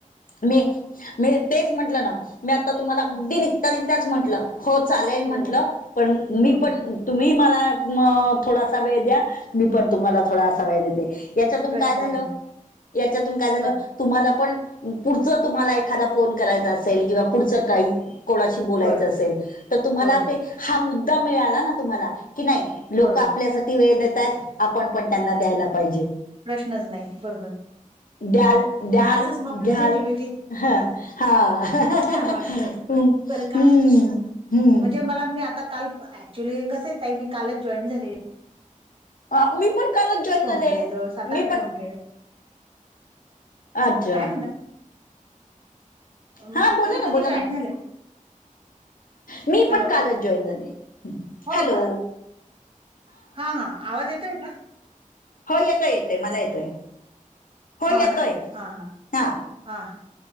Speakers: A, on the left (about 80°); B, on the right (about 40°).
A: मी मी तेच म्हंटलं ना, मी आता तुम्हाला <unintelligible>
B: हं.
A: तेच तेच म्हंटलं, हो चालेल
B: हो,
A: म्हंटलं, पण मी
B: हं,
A: पण तुम्ही मला म थोडासा वेळ द्या मी पण तुम्हाला
B: हो.
A: थोडासा वेळ देते. याच्यातून
B: प्रश्नच
A: काय झालं?
B: नाही.
A: याच्यातून काय झालं?
B: बच
A: तुम्हाला पण, पुढचं तुम्हाला एखादा फोन करायचा असेल किंवा पुढचं काही कोणाशी बोलायचं
B: बरोबर,
A: असेल, तर तुम्हाला
B: बरोबर,
A: ते हा मुद्दा मिळाला ना तुम्हाला, की नाही. लोक
B: बरोबर.
A: आपल्यासाठी वेळ देता येत. आपण पण त्यांना द्यायला पाहिजे.
B: प्रश्नच नाही बरोबर.
A: द्याल द्याल
B: हे असच मग
A: घ्याल
B: पॉझिटिव्हीटी.
A: ह हा
B: खूपच
A: हम्म
B: छान वाटतय,
A: हम्म
B: बरं का?
A: हम्म.
B: म्हणजे मला मी आता काल ऍक्च्युली, कसंय ताई मी कालच जॉईन झाली.
A: अ मी पण कालच जॉईन
B: फोन
A: झाले.
B: केले जवळ
A: मी पण.
B: फोन केले.
A: अच्छा.
B: काय अ
A: हा बोला
B: तुम्ही
A: ना
B: कधी
A: बोला ना
B: जॉईन झाल्या.
A: मी
B: हॅलो,
A: पण कालच जॉईन झाले.
B: हो
A: हॅलो
B: का? हा हा, आवाज येतोय का?
A: हो येतोय येतोय, मला येतोय. हो येतोय,
B: ना? हां, हां.
A: हा.
B: हां, हां.